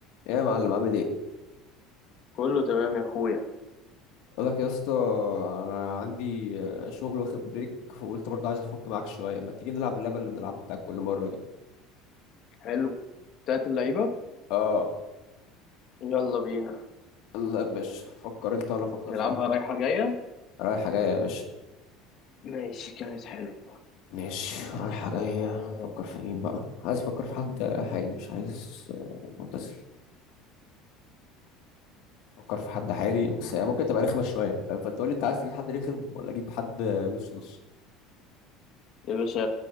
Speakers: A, on the left; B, on the left.
A: ايه يا معلم عامل ايه
B: كله تمام يا اخويا
A: اقول لك يا اسطى انا عندي آه، شغل واخد بريك فقلت برضه عايز افك معاك شويه ما تيجي نلعب اللعبه اللي بنلعبها بتاعت كل مره دي
B: حلو بتاعت اللعيبة
A: اه
B: يلا بينا
A: لا يا باشا فكر انت وانا افكر
B: نلعبها
A: في واحد
B: رايحة جاية
A: رايحه جايه يا باشا
B: ماشي كانت حلوة
A: ماشي رايحه جايه
B: آه،
A: فكر
B: أوكي.
A: في مين بقى عايز افكر في حد حالي مش عايز آه، معتزل فكر في حد حالي بس هي ممكن تبقى رخمه شويه فاهم فانت قول لي انت عايز تجيب حد رخم ولا اجيب حد نص نص
B: يا باشا